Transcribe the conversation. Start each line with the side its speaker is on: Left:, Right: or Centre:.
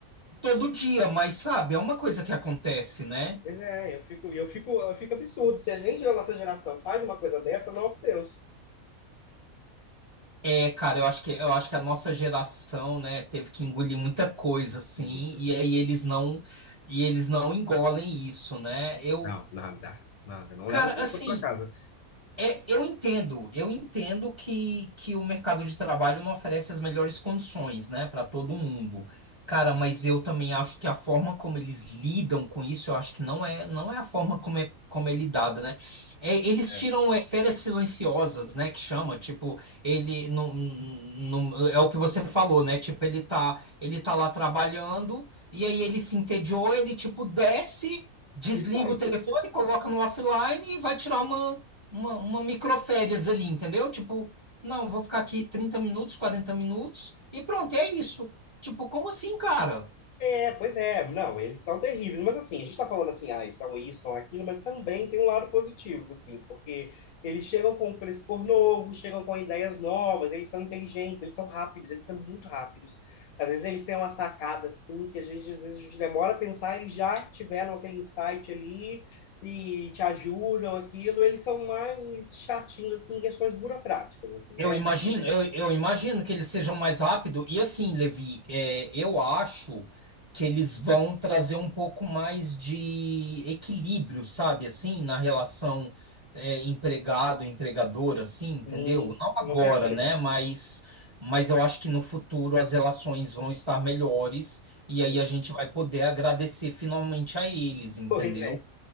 Right: todo dia, mas sabe, é uma coisa que acontece, né?
Left: Pois é, eu fico, eu fico, eu fico absurdo. Se a gente da nossa geração faz uma coisa dessa, nosso Deus.
Right: É, cara, eu acho que, eu acho que a nossa geração, né, teve que engolir muita coisa, assim,
Left: Muito.
Right: e aí eles não, e eles não engolem isso, né? Eu,
Left: Não, nada, nada. Não
Right: cara,
Left: leva o telefone
Right: assim.
Left: para casa.
Right: É, eu entendo, eu entendo que, que o mercado de trabalho não oferece as melhores condições, né, para todo mundo. Cara, mas eu também acho que a forma como eles lidam com isso, eu acho que não é, não é a forma como é, como é lidada, né? É, eles
Left: É.
Right: tiram é, férias silenciosas, né, que chama, tipo, ele não, não, é o que você falou, né? Tipo, ele tá, ele tá lá trabalhando e aí ele se entediou, ele tipo desce, desliga
Left: E sai.
Right: o telefone, coloca no offline e vai tirar uma uma, uma microférias ali, entendeu? Tipo, não, vou ficar aqui 30 minutos, 40 minutos e pronto, é isso. Tipo, como assim, cara?
Left: É, pois é, não, eles são terríveis, mas assim, a gente tá falando assim, ah, são isso, são aquilo, mas também tem um lado positivo, assim, porque eles chegam com um frescor novo, chegam com ideias novas, eles são inteligentes, eles são rápidos, eles são muito rápidos. Às vezes eles têm uma sacada, assim, que a gente, às vezes a gente demora a pensar, eles já tiveram aquele insight ali e te ajudam, aquilo, eles são mais chatinhos, assim, em questões burocráticas, assim, né?
Right: Eu imagino, eu, eu imagino que eles sejam mais rápido. E assim, Levi, é, eu acho que eles vão trazer um pouco mais de equilíbrio, sabe? Assim, na relação é, empregado-empregador, assim,
Left: Sim,
Right: entendeu? Não
Left: com
Right: agora,
Left: certeza,
Right: né? Mas, mas eu acho que no futuro as relações vão estar melhores
Left: sim.
Right: e aí a gente vai poder agradecer finalmente a eles, entendeu?
Left: Pois é.